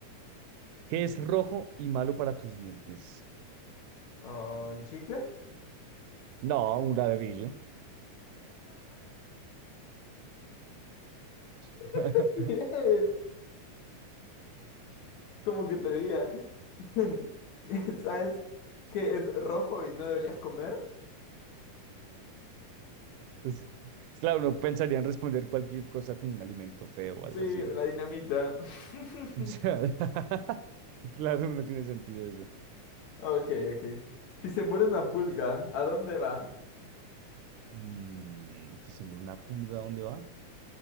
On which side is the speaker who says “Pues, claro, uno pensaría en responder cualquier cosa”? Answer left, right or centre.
Right